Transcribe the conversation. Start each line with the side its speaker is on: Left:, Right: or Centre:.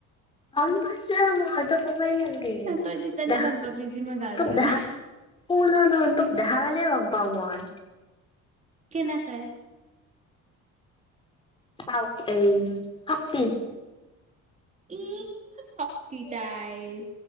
Left: গম পাইছোঁয়েই মই তোক কবই নালাগে,
Right: তই তেতিয়ানে
Left: দেখা,
Right: গম পাবি যি মই গা
Left: তোক
Right: ধোৱা
Left: দেখা।
Right: নাই
Left: কোন হয় ন, তোক দেখা পালেই গম পাও মই।
Right: কেনেকে?
Left: <unintelligible> শক্তি
Right: ই শক্তি তাইৰ।